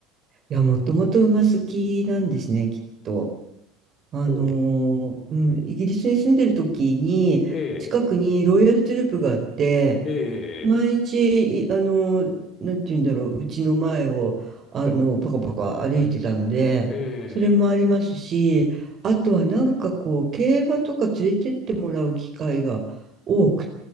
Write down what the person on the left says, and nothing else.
う。
ええ、
ええ、
ええ、